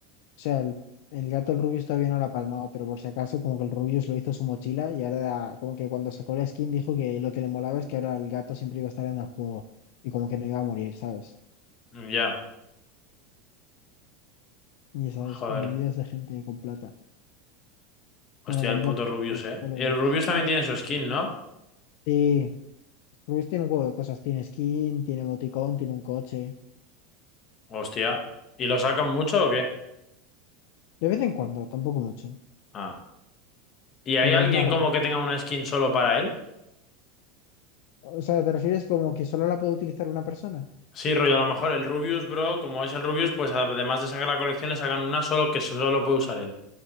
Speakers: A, on the left (about 55°); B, on the left (about 25°).
A: sea, el, el gato, el Rubius todavía no lo ha palmado, pero por si acaso, como que el Rubius lo hizo su mochila y ahora, como que cuando sacó la skin, dijo que lo que le molaba es que ahora el gato siempre iba a estar en el juego y como que no iba a morir, ¿sabes?
B: Mm, Ya.
A: Y sabes,
B: Joder.
A: movidas de gente con plata. Bueno,
B: Hostia,
A: con
B: el puto
A: plata,
B: Rubius,
A: los
B: eh.
A: followers.
B: Y el Rubius también tiene su skin, ¿no?
A: Sí, Rubius tiene un juego de cosas: tiene skin, tiene emoticón, tiene un coche.
B: Hostia. ¿Y lo sacan mucho o qué?
A: De vez en cuando, tampoco mucho,
B: Ah. ¿Y hay
A: pero
B: alguien
A: es más raro.
B: como que tenga una skin solo para él?
A: O sea, ¿te refieres como que solo la puede utilizar una persona?
B: Sí, rollo, a lo mejor el Rubius, bro, como es el Rubius, pues además de sacar la colección, le sacan una solo que solo puede usar él.